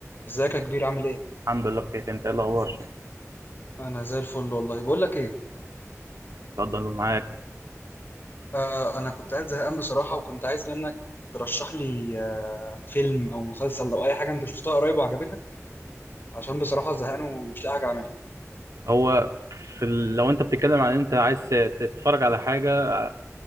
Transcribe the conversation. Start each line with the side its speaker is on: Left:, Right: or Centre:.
Left: ازيك يا كبير عامل ايه؟
Right: الحمد لله بخير انت ايه الاخبار
Left: انا زي الفل والله بقول لك ايه
Right: اتفضل معاك
Left: آه انا كنت قاعد زهقان بصراحة وكنت عايز منك ترشح لي آه فيلم او مسلسل او اي حاجة انت شفتها قريب وعجبتك عشان بصراحة زهقان ومش لاقي حاجة اعملها
Right: هو في ال... لو انت بتتكلم عن انت عايز تتفرج على حاجه